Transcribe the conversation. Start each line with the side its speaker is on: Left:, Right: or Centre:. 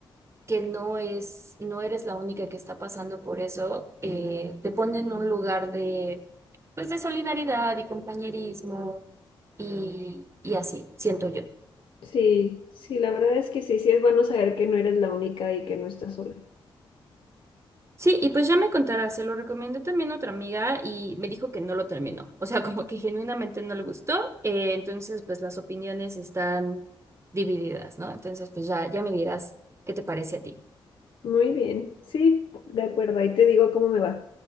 Right: que no es, no eres la única que está pasando por eso, eh, te pone en un lugar de, pues, de solidaridad y compañerismo y, y así, siento yo.
Left: Sí, sí, la verdad es que sí, sí es bueno saber que no eres la única y que no estás sola.
Right: Sí, y pues ya me contará, se lo recomendé también a otra amiga y me dijo que no lo terminó, o sea, <laughs> como que genuinamente no le gustó, eh, entonces pues las opiniones están divididas, ¿no? Entonces pues ya, ya me dirás qué te parece a ti.
Left: Muy bien, sí, de acuerdo, ahí te digo cómo me va.